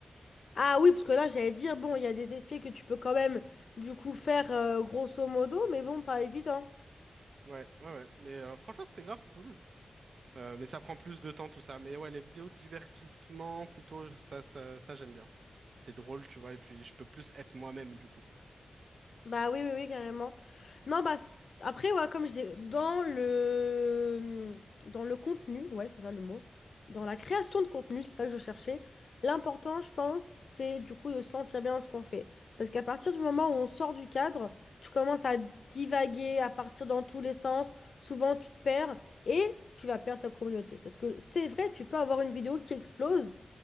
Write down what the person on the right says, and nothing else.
Ouais, ouais, ouais. Mais euh, franchement, c'était grave cool. Euh, mais ça prend plus de temps, tout ça. Mais ouais, les vidéos de divertissement, plutôt, ça, ça, ça, j'aime bien. C'est drôle, tu vois, et puis je peux plus être moi-même, du coup.